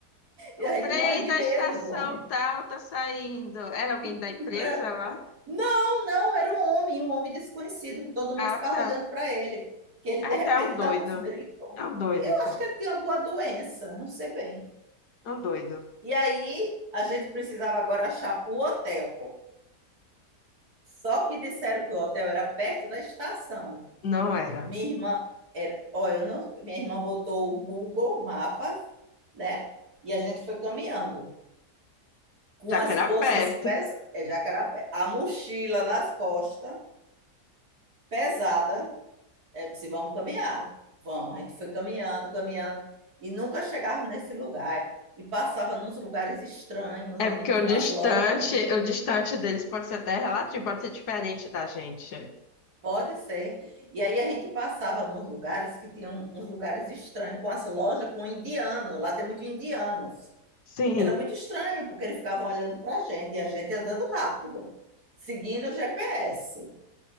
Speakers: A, on the right; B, on the left.
A: e
B: O
A: a gente
B: trem
A: morrendo de
B: da
A: medo
B: estação
A: do homem.
B: tal tá saindo. Era alguém da
A: <laughs>
B: empresa lá?
A: Não, não, era um homem, um homem desconhecido, que todo mundo
B: Ah,
A: ficava
B: tá.
A: olhando para ele, que ele
B: Ah,
A: de repente
B: então é um doido.
A: dava uns gritos.
B: É um doido,
A: Eu
B: então.
A: acho que ele tinha alguma doença, não sei bem.
B: É Um doido.
A: E aí a gente precisava agora achar o hotel. Só que disseram que o hotel era perto da estação.
B: Não era.
A: Minha irmã era, olha, eu não, minha irmã botou o Google Mapas, né? E a gente foi caminhando com
B: Já
A: as
B: que era
A: bolsas
B: perto.
A: pesadas, é Jacarapé, a mochila nas costas, pesada É, Eu disse, vamos caminhar. Vamos. A gente foi caminhando, caminhando, e nunca chegava nesse lugar. E passava nos lugares estranhos, onde
B: É porque o
A: tinham as
B: distante,
A: lojas.
B: o distante deles pode ser até relativo, pode ser diferente da gente.
A: Pode ser. E aí a gente passava nos lugares que tinham uns lugares estranhos, com as lojas, com indiano. Lá tem muito indianos.
B: Sim.
A: Era muito estranho, porque eles ficavam olhando para a gente, e a gente andando rápido, seguindo o GPS.